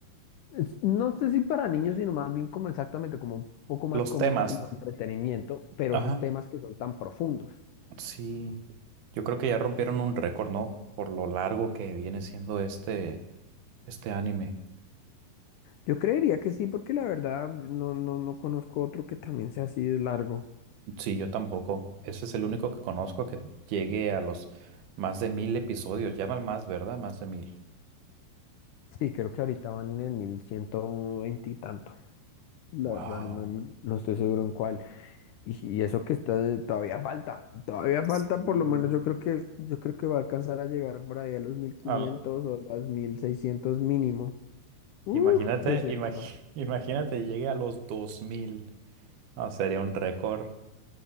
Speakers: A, on the left (about 85°); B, on the right (about 70°).
A: es- No sé si para niños, sino más bien como exactamente, como un poco más
B: Los
A: cómico,
B: temas.
A: como entretenimiento, pero
B: ajá
A: esos temas que son tan profundos.
B: Sí, yo creo que ya rompieron un récord, ¿no? Por lo largo que viene siendo este, este anime.
A: Yo creería que sí, porque la verdad no, no, no conozco otro que también sea así de largo.
B: Sí, yo tampoco. Ese es el único que conozco que llegue a los más de mil episodios. Llaman más, ¿verdad? Más de mil.
A: Sí, creo que ahorita van en el 1120 y tanto. La
B: Wow.
A: verdad, no, me- no estoy seguro en cuál. Y, y eso que está, todavía falta. Todavía falta,
B: Sí.
A: por lo menos yo creo que yo creo que va a alcanzar a llegar por ahí a los mil quinientos
B: Al-
A: o los 1600 mínimo. Uf,
B: imagínate,
A: de seguro.
B: imagi- <laughs> imagínate, llegue a los dos mil. No, sería un récord